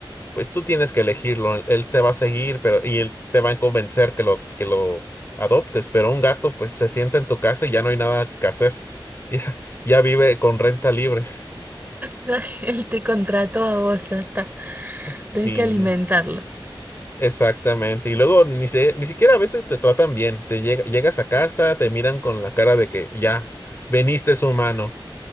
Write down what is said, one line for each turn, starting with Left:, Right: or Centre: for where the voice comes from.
Left: pues tú tienes que elegirlo. Él él te va a seguir, pero y él te va a convencer que lo que lo adoptes, pero un gato pues se sienta en tu casa y ya no hay nada que hacer. <laughs> Ya ya vive con renta libre.
Right: Ya <laughs> él te contrató a vos, ya está.
Left: Sí,
Right: Tenés que alimentarlo.
Left: exactamente. Y luego ni se- ni siquiera a veces te tratan bien. Te llega- llegas a casa, te miran con la cara de que ya veniste es humano.